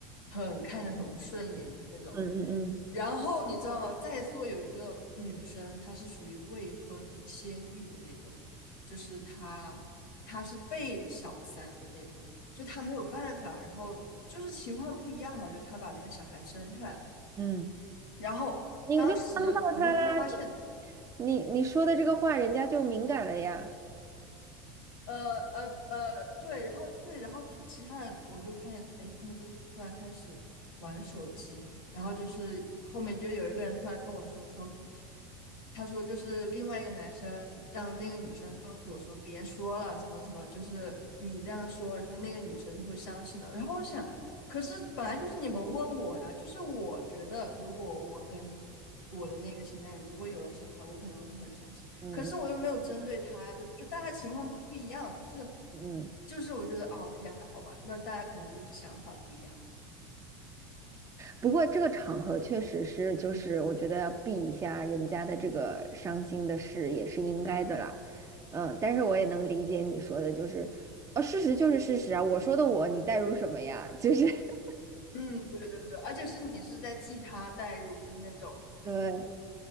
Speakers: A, on the left (about 80°); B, on the right (about 30°).
A: 很看着很不顺眼，就是那种。
B: 嗯嗯
A: 然后你知道吗？在座有一个女生，她是属于未婚先孕的那种，就是她她是被小三的那种。就他没有办法，然后就是情况不一样嘛，就他把那个小孩生下来，
B: 嗯，嗯，
A: 然后当时我就突然发现，
B: 你就帮到他啦，你你你说的这个话，人家就敏感了呀，
A: 呃呃呃，对，然后对，然后他其他的我就看见，哎，他们都突然开始玩手机，然后就是后面就有一个人突然跟我说说，他说就是另外一个男生让那个女生告诉我说别说了什么什么，就是你这样说，然后那个女生就会伤心的。然后我想，可是本来就是你们问我呀，就是我觉得如果我跟我的那个前男友如果有了小孩，我可能会很伤心。
B: 嗯嗯
A: 可是我又没有针对他呀，对不对就大家情况都不一样，就是
B: 嗯嗯。
A: 就是我觉得哦天呐，好吧，那大家可能就是想法不一样。
B: 不过这个场合确实是，就是我觉得要避一下人家的这个伤心的事也是应该的啦。嗯，但是我也能理解你说的，就是，呃、事实就是事实啊，我说的我，你代入什么呀？就是 <laughs>
A: 嗯，对对对，而且是你是在替他代入，就是那种
B: 对。